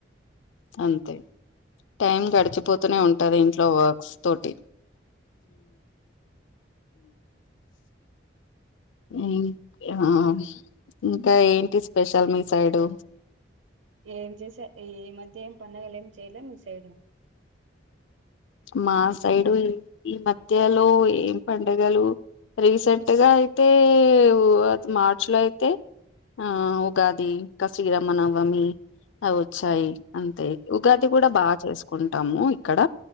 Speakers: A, on the left; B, on the right.
A: అంతె, టైమ్ గడిచిపోతూనే
B: ఉమ్.
A: ఉంటది, ఇంట్లో వర్క్స్. తోటి. మ్ ఆ ఇంకా ఏంటి స్పెషల్ మీ సైడు.
B: ఏం చేసా, ఎ ఈ మధ్య ఏం పండగలు ఏం చేయలే, మీ సైడ్.
A: మా సైడు, ఈ మధ్యలో ఏం పండగలు. రీసెంటుగా అయితే ఉ మార్చ్ లో అయితే. ఆ ఉగాది, ఇంక శ్రీరామనవమి, అవొ వొచ్చాయి అంతే. ఉగాది కూడ బా చేసుకుంటాము ఇక్కడ.